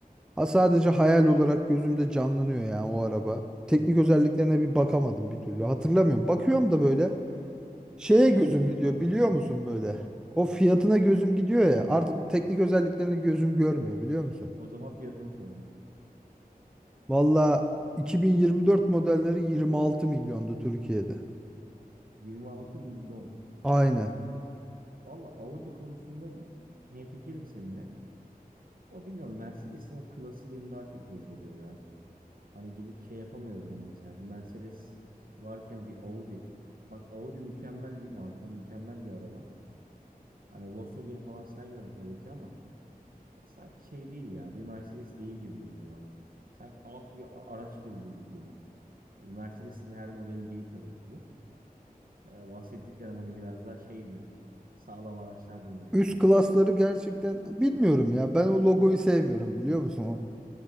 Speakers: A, in the centre; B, on the right.
A: Ha sadece hayal olarak gözümde canlanıyor yani o araba. Teknik özelliklerine bir bakamadım bir türlü. Hatırlamıyorum. Bakıyorum da böyle şeye
B: Ya
A: gözüm
B: akılda
A: gidiyor
B: kalmıyor.
A: biliyor musun böyle? O fiyatına gözüm gidiyor ya. Artık teknik özelliklerini gözüm görmüyor biliyor musun?
B: O zaman fiyatını sorayım.
A: Valla 2024 modelleri 26 milyondu Türkiye'de.
B: 26 milyon.
A: Aynen.
B: Valla Audi konusunda hemfikirim seninle. O bilmiyorum Mercedes'in o klası beni daha çok cezbediyor ya. Hani gidip şey yapamıyorum ben mesela. Bir Mercedes varken bir Audi. Bak Audi mükemmel bir marka, mükemmel bir araba. Hani Volkswagen'i falan saymıyorum tabii ki ama ya sanki şey değil ya. Bir Mercedes değil gibi geliyor bana. Sanki alt bir a- araç grubu gibi geliyor. Yani Mercedes'in her modeli değil tabii ki bu. Ee, bahsettiklerim hani biraz daha şey diyeyim. Sağlam araçlar diyeyim yani.
A: Üst klasları gerçekten bilmiyorum ya. Ben o logoyu sevmiyorum biliyor musun? O